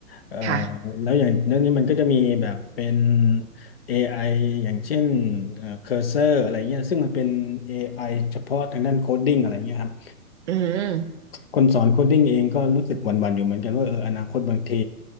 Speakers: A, on the left; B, on the right.
A: เอ่อ
B: ค่ะ
A: แล้วอย่างเรื่องนี้มันก็จะมีแบบเป็น AI อไออย่างเช่นเคอร์เซอร์อะไรเงี้ยซึ่งมันเป็น AI เฉพาะทางด้านโคดดิ้งอะไรเงี้ยครับ
B: อืม
A: คนสอนโคดดิ้งเองก็รู้สึกหวั่นๆอยู่เหมือนกันว่าเอออนาคตบางที